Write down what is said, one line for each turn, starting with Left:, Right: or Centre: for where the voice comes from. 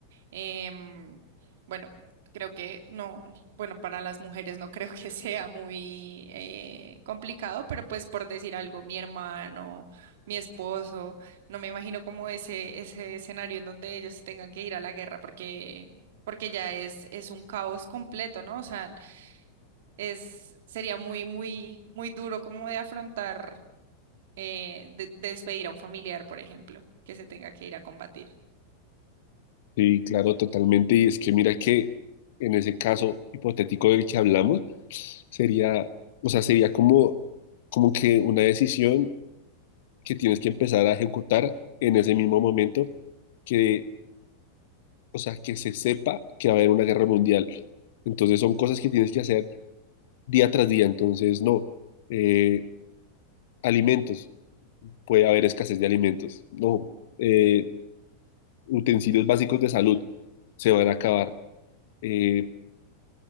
Right: Em, bueno, creo que no, bueno, para las mujeres no creo que <laughs> sea muy eh, complicado, pero pues por decir algo, mi hermano, mi esposo, no me imagino como ese, ese escenario en donde ellos tengan que ir a la guerra porque... porque ya es, es un caos completo, ¿no? O sea, es, sería muy, muy, muy duro como de afrontar eh, de- de despedir a un familiar, por ejemplo, que se tenga que ir a combatir?
Left: Sí, claro, totalmente. Y es que mira que en ese caso hipotético del que hablamos, sería, o sea, sería como, como que una decisión que tienes que empezar a ejecutar en ese mismo momento que, o sea, que se sepa que va a haber una guerra mundial. Entonces son cosas que tienes que hacer día tras día. Entonces, no, eh, alimentos, puede haber escasez de alimentos. No, eh, utensilios básicos de salud se van a acabar. Eh,